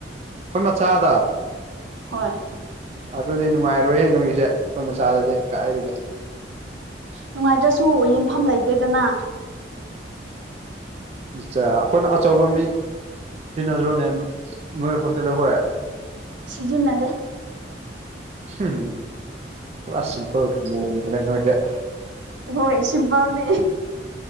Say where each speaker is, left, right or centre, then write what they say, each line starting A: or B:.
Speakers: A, on the right; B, on the right.
A: ꯑꯩꯈꯣꯏ ꯃꯆꯥꯗ
B: ꯍꯣꯏ
A: ꯑꯗꯨꯗꯤ ꯅꯨꯡꯉꯥꯏꯔꯣꯏꯍ ꯅꯣꯏꯒꯤꯁꯦ ꯑꯩꯈꯣꯏ ꯃꯆꯥꯗꯗꯤ ꯀꯥꯏꯗꯒꯤ
B: ꯅꯨꯡꯉꯥꯏꯇ꯭ꯔꯁꯨ ꯌꯦꯟꯐꯝ ꯂꯩꯇꯦꯗꯅ
A: ꯏꯆꯥ ꯑꯩꯈꯣꯏꯅ ꯑꯆꯧꯕ ꯃꯤ ꯁꯤ꯭ꯔꯤ ꯅꯖꯔꯣꯅꯦ ꯅꯣꯏ ꯍꯣꯁꯇꯦꯜꯔ ꯍꯔꯦ <unintelligible>
B: ꯁꯤꯖꯤꯟꯅꯗꯦ
A: ꯄ ꯃꯅ ꯏꯗ <unintelligible>
B: ꯍꯣꯏ ꯁꯤꯝꯄꯜꯅꯦ